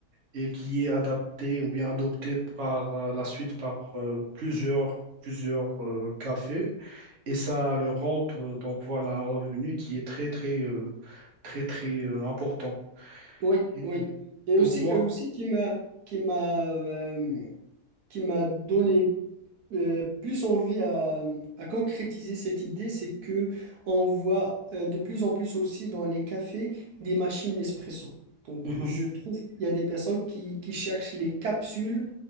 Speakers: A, on the right (about 50°); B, on the right (about 75°).
A: et qui est adaptée ou bien adoptée par euh, la suite par euh, plusieurs plusieurs euh, cafés et ça leur rend euh, donc voilà un revenu qui est très très euh, très très euh, important.
B: Oui,
A: Et
B: oui. Et
A: pour
B: aussi,
A: moi,
B: et aussi qui m'a qui m'a euh, qui m'a donné euh, plus envie à, à concrétiser cette idée, c'est que on voit euh, de plus en plus aussi dans les cafés des machines espresso. Donc
A: mhm,
B: je trouve qu'il y a des personnes qui, qui cherchent les capsules